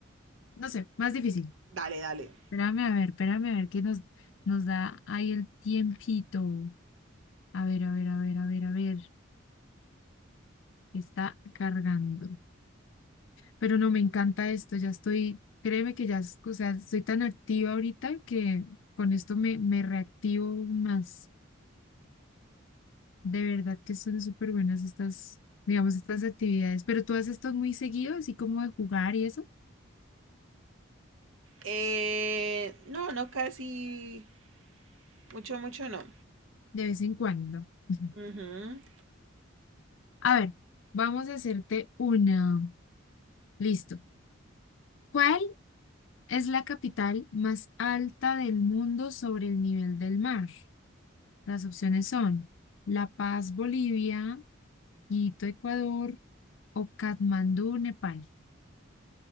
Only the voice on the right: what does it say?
Dale, dale.
Eh, no, no casi. Mucho, mucho no.
Ujú.